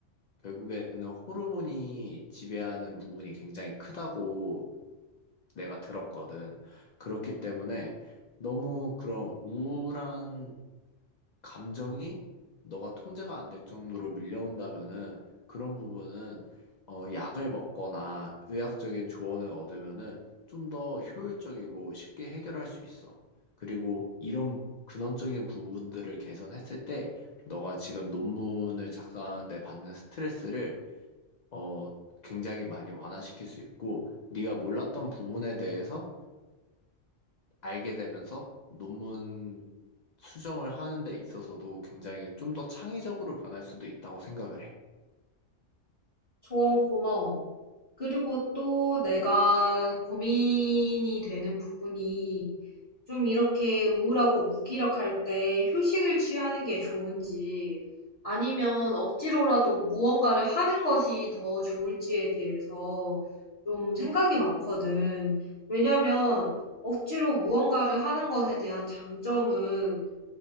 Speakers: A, on the left; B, on the left.
A: 결국에는 호르몬이 지배하는 부분이 굉장히 크다고 내가 들었거든. 그렇기 때문에 너무 그런 우울한 감정이 너가 통제가 안 될 정도로 밀려온다면은 그런 부분은 어, 약을 먹거나 의학적인 조언을 얻으면은 좀 더 효율적이고 쉽게 해결할 수 있어. 그리고 이런 근원적인 부분들을 개선했을 때 너가 지금 논문을 작성하는데 받는 스트레스를 어, 굉장히 많이 완화시킬 수 있고 네가 몰랐던 부분에 대해서 알게 되면서 논문 수정을 하는 데 있어서도 굉장히 좀 더 창의적으로 변할 수도 있다고 생각을 해.
B: 조언 고마워. 그리고 또 내가 고민이 되는 부분이 좀 이렇게 우울하고 무기력할 때 휴식을 취하는 게 좋은지 아니면 억지로라도 무언가를 하는 것이 더 좋을지에 대해서 좀 생각이 많거든. 왜냐면 억지로 무언가를 하는 것에 대한 장점은